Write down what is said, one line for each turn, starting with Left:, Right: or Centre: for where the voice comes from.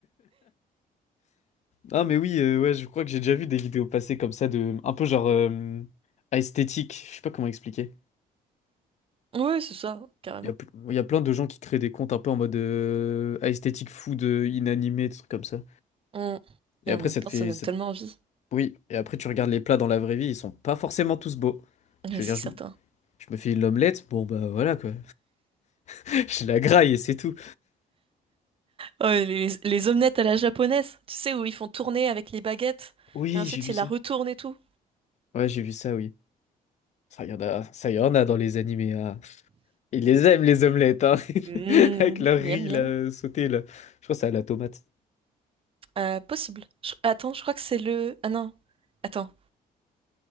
Left: Ah mais oui, euh, ouais, je crois que j'ai déjà vu des vidéos passer comme ça de un peu genre euh, esthétique, je sais pas comment expliquer.
Right: Oui, c'est ça, carrément.
Left: Il y a, pl- il y a plein de gens qui créent des comptes un peu en mode euh, esthétique food euh, inanimé, des trucs comme ça.
Right: Hmm.
Left: Et
Right: Et
Left: après
Right: en même
Left: ça
Right: temps,
Left: te fait
Right: ça donne
Left: ça
Right: tellement
Left: te-
Right: envie.
Left: oui, et après tu regardes les plats dans la vraie vie, ils sont pas forcément tous beaux. Je
Right: Ouais,
Left: veux
Right: c'est
Left: dire je,
Right: certain.
Left: m- je me fais l'omelette, bon bah voilà quoi. <laughs> Je la graille et c'est tout.
Right: Oh, et les, les omelettes à la japonaise, tu sais, où ils font tourner avec les baguettes
Left: Oui,
Right: et ensuite
Left: j'ai vu
Right: ils
Left: ça.
Right: la retournent et tout.
Left: Ouais, j'ai vu ça, oui. Ça y en a, ça y en a dans les animés. ah. Ils les aiment, les omelettes, hein. <laughs>
Right: Mmh,
Left: Avec leur riz,
Right: miam, miam.
Left: là, sauté, là. Je crois que c'est à la tomate.
Right: Euh, possible. Je- attends, je crois que c'est le... Ah non. Attends.